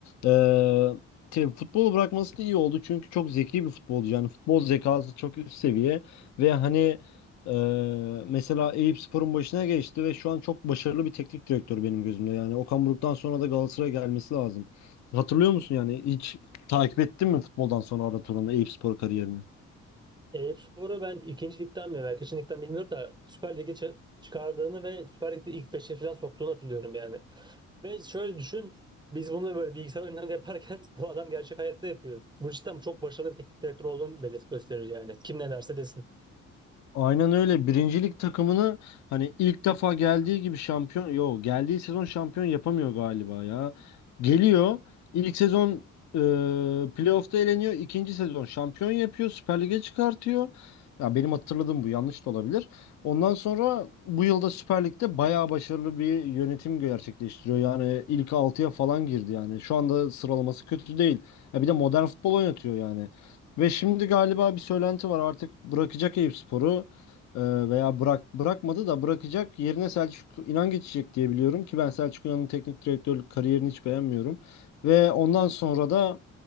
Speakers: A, on the left; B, on the right.
A: eee şey, futbolu bırakması da iyi oldu çünkü çok zeki bir futbolcu yani futbol zekası çok üst seviye ve hani eee, mesela Eyüpspor'un başına geçti ve şu an çok başarılı bir teknik direktör benim gözümde yani Okan Buruk'tan sonra da Galatasaray'a gelmesi lazım. Hatırlıyor musun yani hiç takip ettin mi futboldan sonra Arda Turan'ı Eyüpspor kariyerini?
B: Eyüpspor'u ben ikincilikten mi veya kaçıncılıktan bilmiyorum da Süper Lig'e çı- çıkardığını ve Süper Lig'de ilk beşe falan soktuğunu hatırlıyorum yani. Ve şöyle düşün. Biz bunu böyle bilgisayar oyunlarında yaparken <laughs> bu adam gerçek hayatta yapıyor. Bu cidden çok başarılı bir teknik direktör olduğunu belir, gösterir yani. Kim ne derse desin.
A: Aynen öyle. Birincilik takımını hani ilk defa geldiği gibi şampiyon, yo geldiği sezon şampiyon yapamıyor galiba ya. Geliyor. İlk sezon e, playoff'ta eleniyor. İkinci sezon şampiyon yapıyor. Süper Lig'e çıkartıyor. Ya benim hatırladığım bu yanlış da olabilir. Ondan sonra bu yılda Süper Lig'de bayağı başarılı bir yönetim gerçekleştiriyor. Yani ilk altıya falan girdi yani. Şu anda sıralaması kötü değil. Ya bir de modern futbol oynatıyor yani. Ve şimdi galiba bir söylenti var artık bırakacak Eyüpspor'u e, veya bırak bırakmadı da bırakacak yerine Selçuk İnan geçecek diye biliyorum ki ben Selçuk İnan'ın teknik direktörlük kariyerini hiç beğenmiyorum. Ve ondan sonra da